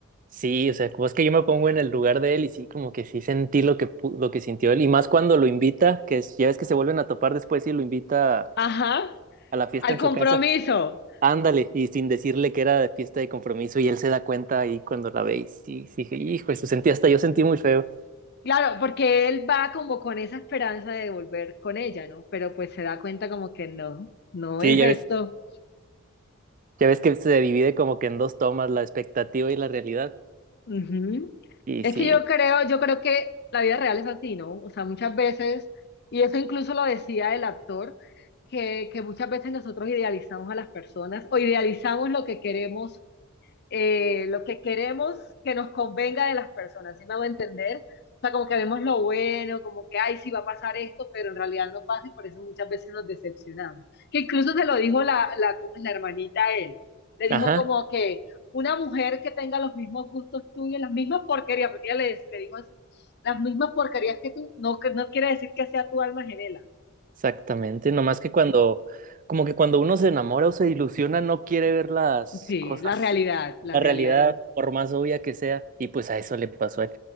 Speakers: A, on the right (about 40°); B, on the left (about 50°).
A: Sí, o sea, como es que yo me pongo en el lugar de él y sí, como que sí sentí lo que pu- lo que sintió él y más cuando lo invita, que es- ya ves que se vuelven a topar después y lo invita
B: Ajá,
A: a la fiesta
B: al
A: en
B: compromiso.
A: su casa. Ándale, y sin decirle que era de fiesta de compromiso, y él se da cuenta ahí cuando la ve, y sí, sí, dije, hijo, eso sentí hasta yo sentí muy feo.
B: Claro, porque él va como con esa esperanza de volver con ella, ¿no? Pero pues se da cuenta como que no, no
A: Sí,
B: es
A: ya
B: esto.
A: ves, ya ves que se divide como que en dos tomas, la expectativa y la realidad.
B: Ujú.
A: Y
B: Es
A: sí,
B: que yo creo, yo creo que la vida real es así, ¿no? O sea, muchas veces, y eso incluso lo decía el actor, que, que muchas veces nosotros idealizamos a las personas o idealizamos lo que queremos eh, lo que queremos que nos convenga de las personas, ¿sí me hago entender? O sea, como que vemos lo bueno, como que, ay, sí va a pasar esto, pero en realidad no pasa y por eso muchas veces nos decepcionamos. Que incluso se lo dijo la, la, ¿cómo es la hermanita a él? Le dijo
A: ajá,
B: como que una mujer que tenga los mismos gustos tuyos, las mismas porquerías, porque ella le, le dijo así, las mismas porquerías que tú, no, que no quiere decir que sea tu alma gemela.
A: exactamente. Nomás que cuando, como que cuando uno se enamora o se ilusiona, no quiere ver las
B: Sí,
A: cosas,
B: la realidad, la
A: la
B: realidad.
A: realidad, por más obvia que sea, y pues a eso le pasó a él.